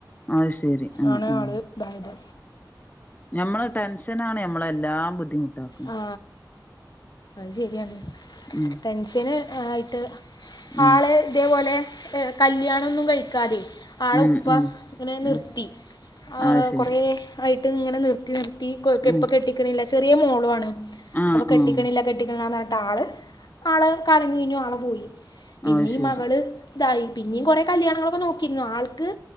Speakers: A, on the left; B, on the left.
A: അത് ശരി ആഹ്
B: ആണ്
A: ആഹ്
B: ആള് ദായത്
A: ഞമ്മളെ ടെൻഷനാണ് ഞമ്മളെ എല്ലാം ബുദ്ധിമുട്ടാക്കുന്നത്
B: ആ അത് ശെരിയാണ്
A: മ്
B: ടെൻഷൻ ആയിട്ട്
A: ഉം
B: ആളെ അതെപോലെ കല്യാണമൊന്നും കഴിക്കാതെ ആളെ
A: ഉം
B: ഉപ്പ
A: ഉം
B: ഇങ്ങനെ നിർത്തി
A: ഉം
B: ഹ്
A: അത് ശരി
B: കുറേ ആയിട്ട് ഇങ്ങനെ നിർത്തി നിർ ത്തികോർകിപ്പ
A: ഉം
B: കെട്ടികിണിക്കില്ല ചെറിയ മോളുമാണ്
A: ആഹ്
B: അപ്പൊ കെട്ടിക്കിണില്ല
A: ആഹ്
B: കെട്ടിക്കനില്ല ആള് ആള് കാളഞ്ഞിനു ആള് പോയി പിന്നെ
A: അത്
B: ഈ
A: ശരി
B: മകള് തായി പിന്നെയും കുറേ കല്യാണങ്ങളൊക്കെ നോക്കിരുന്നു ആൾക്ക്